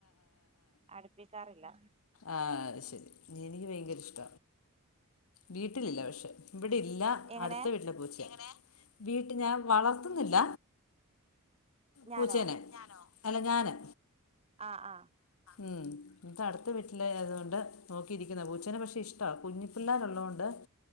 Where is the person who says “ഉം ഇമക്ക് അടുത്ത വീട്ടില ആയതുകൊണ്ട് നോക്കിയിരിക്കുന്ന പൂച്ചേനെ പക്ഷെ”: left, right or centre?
Left